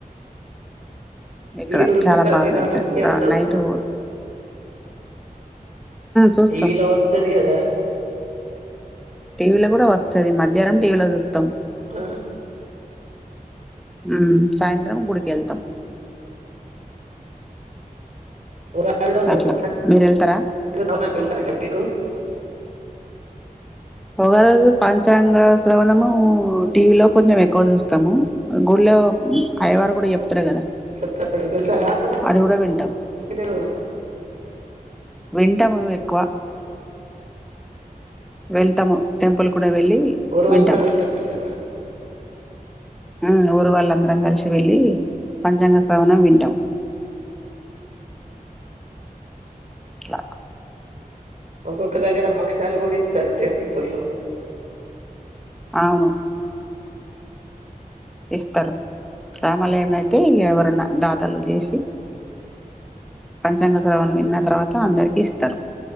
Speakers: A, in the centre; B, on the right.
A: ఇక్కడ
B: టీవీలో చూస్తారా
A: చాలా బాగా
B: సీతారాముల
A: జరుపుతారు
B: కళ్యాణం?
A: రా నైట్ చూస్తాం
B: టీవీ లో వస్తతి కదా
A: టీవీ లో కూడా వస్తది మధ్యాహ్నం టీవీలో చూస్తాం
B: ఆ
A: ఉ సాయంత్రం గుడికి వెళ్తాం
B: ఉగాది రోజు
A: అట్లా
B: పంచాంగ
A: మీరు వెళ్తారా
B: శ్రవణ నికి వెళ్ళతారా టెంపుల్ కు
A: ఉగాది రోజు పంచాంగ శ్రవణము టీవీ లో కొంచెం ఎక్కువ చూస్తాము గుళ్ళే కో అయ్యవారు కూడా చెప్తారు కదా
B: చెత్తబడు వెళ్ళతారా మరి
A: అది కూడా వింటాం
B: ఇదేవు
A: వింటము ఎక్కువ వెళ్తాము టెంపుల్ కూడా వెళ్ళి
B: ఊరు
A: వింటాము
B: వాళ్ళందరూ వెళ్తారు కదా!
A: ఉ ఊరు వాళ్ళందరం కలిసి వెళ్ళి పంచాంగ శ్రవణం వింటాం ఇలా
B: ఒక్కొక్క దగ్గర భక్ష్యాలు కూడా ఇస్తారు టెంపుల్లో
A: అవును ఇస్తారు రామాలయం అయితే ఎవరన్నా దాతలు చేసి పంచాంగ శ్రవణం విన్న తర్వాత అందరికి ఇస్తారు